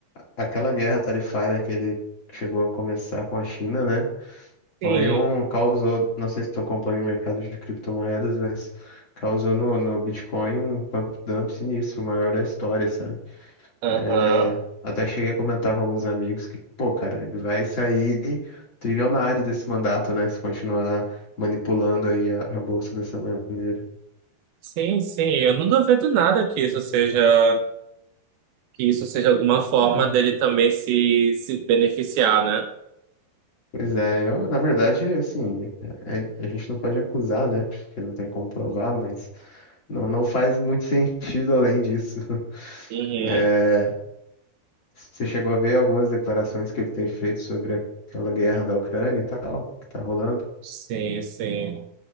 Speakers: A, on the left; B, on the right.
A: aquela guerra tarifária que ele chegou a começar com a China, né? Foi
B: Sim.
A: um causou, não sei se tu acompanha o mercado de criptomoedas, mas causou no, no Bitcoin um pump dump sinistro, o maior da história, sabe?
B: Aham.
A: É, até cheguei a comentar com alguns amigos que, pô, cara, ele vai sair trilionário desse mandato, né? Se continuar manipulando aí a, a bolsa dessa maneira.
B: Sim, sim, eu não duvido nada que isso seja, que isso seja alguma forma
A: Ah,
B: dele também se, se beneficiar, né?
A: pois é, eu, na verdade, assim, é- é, a gente não pode acusar, né? Porque não tem como provar, mas não, não faz muito sentido além disso. <laughs>
B: Uhum.
A: É, você chegou a ver algumas declarações que ele tem feito sobre aquela guerra da Ucrânia e tal, que tá rolando?
B: Sim, sim.